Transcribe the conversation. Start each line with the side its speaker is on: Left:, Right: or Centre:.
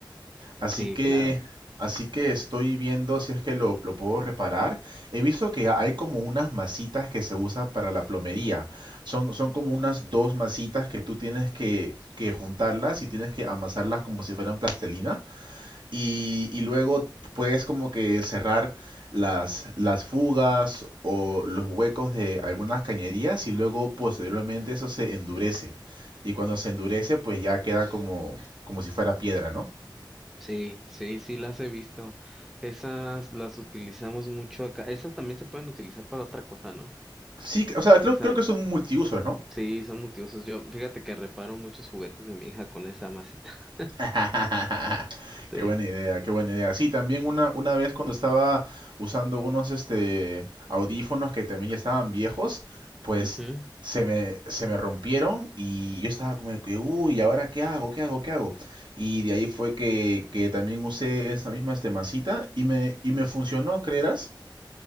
Right: Así
Centre: Sí,
Right: que,
Centre: claro.
Right: así que estoy viendo si es que lo, lo puedo reparar. He visto que hay como unas masitas que se usa para la plomería. Son, son como unas dos masitas que tú tienes que, que juntarlas y tienes que amasarlas como si fueran plastilina. Y, y luego puedes como que cerrar las, las fugas o los huecos de algunas cañerías y luego posteriormente eso se endurece. Y cuando se endurece, pues ya queda como, como si fuera piedra, ¿no?
Centre: Sí, sí, sí, las he visto. Esas las utilizamos mucho acá. Esas también se pueden utilizar para otra cosa, ¿no?
Right: Sí, o sea, creo,
Centre: Esas,
Right: creo que son multiusos, ¿no?
Centre: sí, son multiusos. Yo, fíjate que reparo muchos juguetes de mi hija con esa masita. <laughs>
Right: <laughs>
Centre: Sí.
Right: Qué buena idea, qué buena idea. Sí, también una, una vez cuando estaba usando unos este audífonos que también ya estaban viejos, pues
Centre: Ujú.
Right: se me, se me rompieron y yo estaba como de que, uy, ¿ahora qué hago? ¿Qué hago? ¿Qué hago? Y de ahí fue que, que también usé esa misma este, masita y me, y me funcionó, ¿creerás?